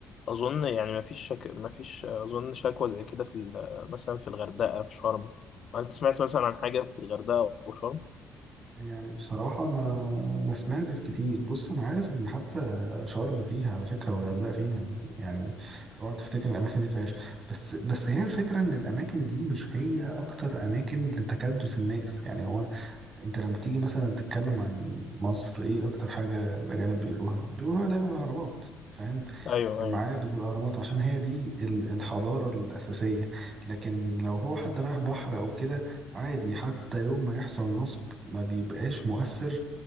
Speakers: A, on the left (about 55°); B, on the right (about 40°).
A: اظن يعني ما فيش شك... ما فيش اظن شكوى زي كده في ال- مثلا في الغردقه في شرم انت سمعت مثلا عن حاجه في الغردقه او شرم
B: يعني بصراحة ما ما سمعتش كتير بص أنا عارف إن حتى شرم فيها على فكرة والغردقة فيها يعني اوعى تفتكر الأماكن دي فيهاش بس بس هي الفكرة إن الأماكن دي مش هي أكتر أماكن لتكدس الناس يعني هو انت لما تيجي مثلا تتكلم عن مصر ايه اكتر حاجة الاجانب بيقولوها بيقولوها دايما الاهرامات فاهم
A: ايوه
B: المعابد
A: ايوه
B: والاهرامات عشان هي دي ال- الحضارة الاساسية لكن لو هو حد رايح بحر او كده عادي حتى يوم ما يحصل نصب ما بيبقاش مؤثر